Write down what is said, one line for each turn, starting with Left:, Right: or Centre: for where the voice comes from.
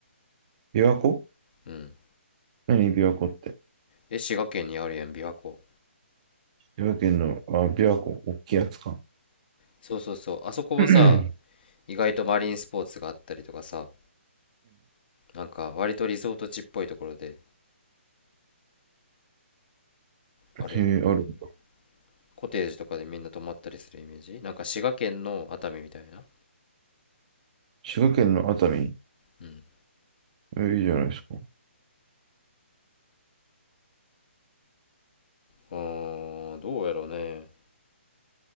Right: 琵琶湖
Left: うん。
Right: 何琵琶湖って。
Left: え、滋賀県にあるやん、琵琶湖。
Right: 琵琶県の、あ、琵琶湖、大きいやつか。
Left: そうそうそう。あそこもさ、
Right: <clears throat> うん、
Left: 意外とマリンスポーツがあったりとかさ、なんか割とリゾート地っぽいところであるんよね。
Right: へえ、あるんだ。
Left: コテージとかでみんな泊まったりするイメージなんか滋賀県の熱海みたいな
Right: 滋賀県の熱海。
Left: うん
Right: えいいじゃないですか。
Left: あーどうやろうね